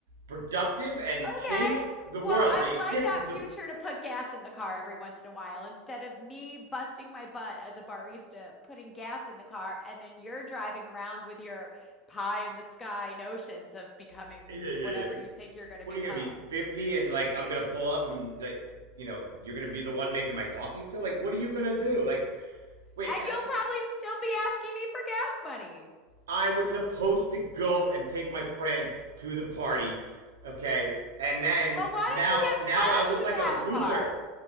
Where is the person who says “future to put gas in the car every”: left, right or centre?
Left